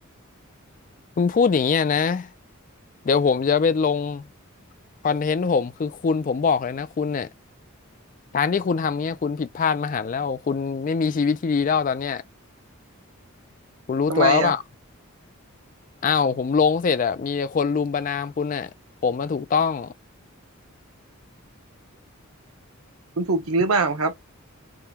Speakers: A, on the left; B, on the right.
A: คุณพูดอย่างเงี้ยนะ เดี๋ยวผมจะไปลงคอนเทนต์ผมคือคุณผมบอกเลยนะคุณเนี่ยการที่คุณทำเงี้ยคุณผิดพลาดมหันต์แล้วคุณไม่มีชีวิตที่ดีแล้วตอนเนี้ยคุณรู้ตัวหรือเปล่า
B: ทำไมอ่ะ
A: อ้าวผมลงเสร็จอะมีแต่คนรุมประณามคุณน่ะผมมาถูกต้อง
B: คุณถูกจริงหรือเปล่าครับ